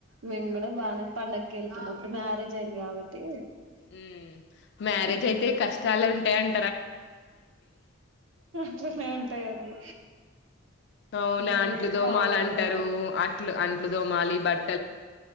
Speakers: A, on the right; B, on the left.
A: మేము కూడా బాగానే పండగ వెళ్తున్నాం అప్పుడు మ్యారేజ్ అయింది కాబట్టి
B: ఉ మ్యారేజ్
A: హ్మ్
B: అయితే కష్టాల టండి
A: అట్లానే ఉంటాయండి
B: అవునా
A: ఇంగ
B: అంట్లు
A: అది
B: తోమాలంటరు
A: కామన్ ఇగ
B: అ అంట్లుతోమాలి బట్